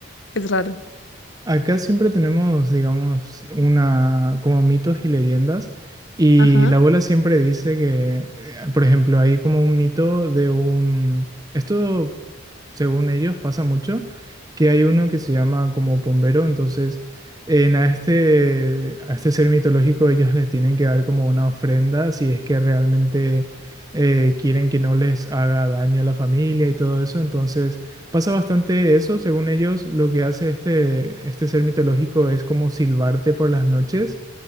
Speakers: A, on the left; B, on the right.
A: es raro.
B: Acá siempre tenemos, digamos, una como mitos y leyendas y
A: Ajá.
B: la abuela siempre dice que, eh, por ejemplo, hay como un mito de un, esto según ellos pasa mucho, que hay uno que se llama como Pombero, entonces en a este a este ser mitológico ellos le tienen que dar como una ofrenda si es que realmente eh, quieren que no les haga daño a la familia y todo eso, entonces Pasa bastante eso, según ellos, lo que hace este, este ser mitológico es como silbarte por las noches